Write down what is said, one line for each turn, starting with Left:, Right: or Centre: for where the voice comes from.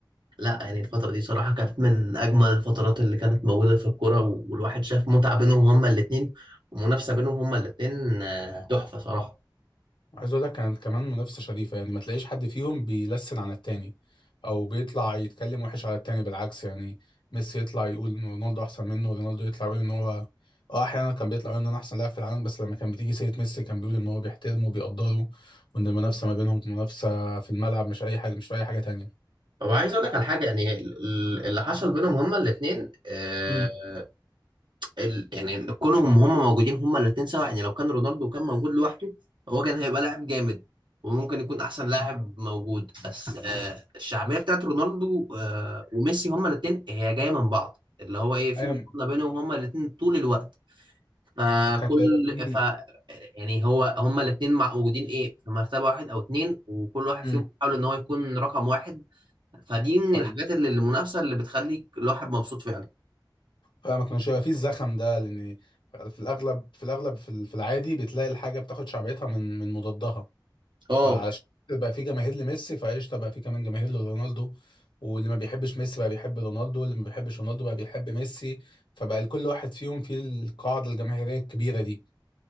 Right: لا يعني الفترة دي صراحة كانت من أجمل الفترات اللي كانت موجودة في الكورة والواحد شاف متعة بينهم هما الاتنين ومنافسة بينهم هما الاتنين آه، تحفة صراحة
Left: عايز اقول لك كانت كمان منافسه شريفه يعني ما تلاقيش حد فيهم بيلسن على التاني او بيطلع يتكلم وحش على التاني بالعكس يعني ميسي يطلع يقول ان رونالدو احسن منه ورونالدو يطلع يقول ان هو اه احيانا كان بيطلع يقول ان انا احسن لاعب في العالم بس لما كان بتيجي سيره ميسي كان بيقول ان هو بيحترمه وبيقدره وان المنافسه ما بينهم منافسه في الملعب مش اي حاجه مش في اي حاجه تانيه
Right: هو عايز أقول لك على حاجة يعني ال- ال- اللي حصل بينهم هما الاتنين آه،
Left: امم
Right: ال- يعني كونهم هما موجودين هما الاتنين سوا يعني لو كان رونالدو كان موجود لوحده هو كان هيبقى لاعب جامد وممكن يكون أحسن لاعب موجود بس آه، الشعبية بتاعت رونالدو آه، وميسي هما الاتنين هي جاية من بعض اللي هو إيه في
Left: ايوه
Right: مقارنة بينهم هما الاتنين طول الوقت فكل
Left: ما كانش هيبقى فيه
Right: ف يعني هو هما الاثنين موجودين ايه في مرتبه واحد او اتنين وكل واحد
Left: امم
Right: فيهم بيحاول ان هو يكون رقم واحد فدي من
Left: فاهم
Right: الحاجات اللي المنافسه اللي بتخليك الواحد مبسوط فعلا
Left: فما كانش هيبقى فيه الزخم ده لان في الاغلب في الاغلب في في العادي بتلاقي الحاجه بتاخد شعبيتها من من مضادها
Right: اه
Left: فعلشان بقى في جماهير لميسي فقشطه بقى في كمان جماهير لرونالدو واللي ما بيحبش ميسي بقى بيحب رونالدو واللي ما بيحبش رونالدو بقى بيحب ميسي فبقى لكل واحد فيهم في القاعده الجماهيريه الكبيره دي